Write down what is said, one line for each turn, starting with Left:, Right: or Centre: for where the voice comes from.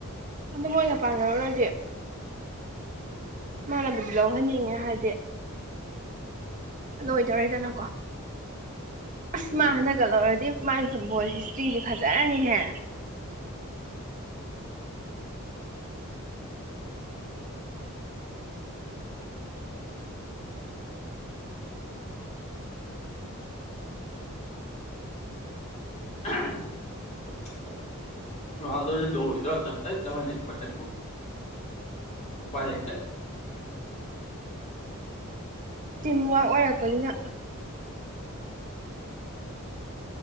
Right: ꯑꯗꯨ ꯃꯣꯏꯒ ꯄꯥꯟꯅꯔꯨꯔꯗꯤ ꯃꯥꯅꯕꯨꯗꯤ ꯂꯧꯍꯟꯅꯤꯡꯉꯦ ꯍꯥꯏꯗꯤ ꯂꯣꯏꯗꯔꯦꯗꯅꯀꯣ ꯑꯁ
Left: ꯎꯝ
Right: ꯃꯥ ꯍꯟꯗꯀꯥ ꯂꯧꯔꯗꯤ ꯃꯥꯒꯤ ꯐꯨꯠꯕꯣꯜ ꯍꯤꯁꯇ꯭ꯔꯤꯗꯤ ꯐꯖꯔꯅꯤꯍꯦ
Left: <unintelligible> ꯔꯣꯅꯥꯜꯗꯣꯖꯦ ꯂꯗꯣꯔꯥꯃꯦ ꯑꯝꯇꯥꯗꯤ ꯂꯧꯍꯟꯅꯤꯡꯕꯅꯦ ꯎꯄꯥꯏ ꯂꯩꯇꯦ
Right: ꯇꯤꯝ ꯋꯥꯔꯛ ꯑꯣꯏꯔꯛꯄꯅꯤꯅ